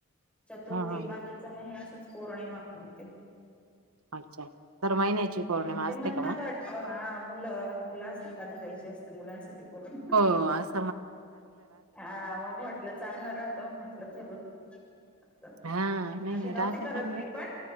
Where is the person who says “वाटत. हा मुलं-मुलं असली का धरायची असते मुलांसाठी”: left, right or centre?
Centre